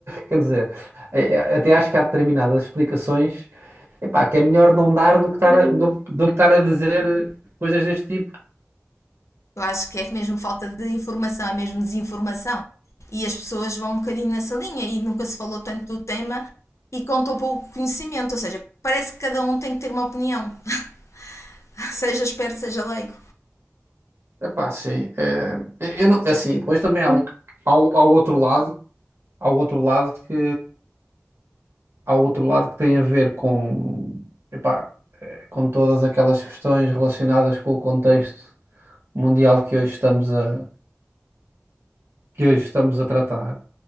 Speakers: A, on the right; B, on the left.
A: quer dizer, é- é- até acho que há determinadas explicações, epá, que é melhor não dar do que estar a, do, do que estar a dizer coisas deste tipo.
B: Eu acho que é mesmo falta de informação, é mesmo desinformação. E as pessoas vão um bocadinho nessa linha e nunca se falou tanto do tema e contou pouco conhecimento, ou seja, parece que cada um tem que ter uma opinião, <laughs> seja esperto, seja leigo.
A: Epá, sim, é, eu não, é assim, depois também há, o- há, o- há o outro lado, há o outro lado que há outro lado que tem a ver com, epá, eh, com todas aquelas questões relacionadas com o contexto mundial que hoje estamos a, que hoje estamos a tratar.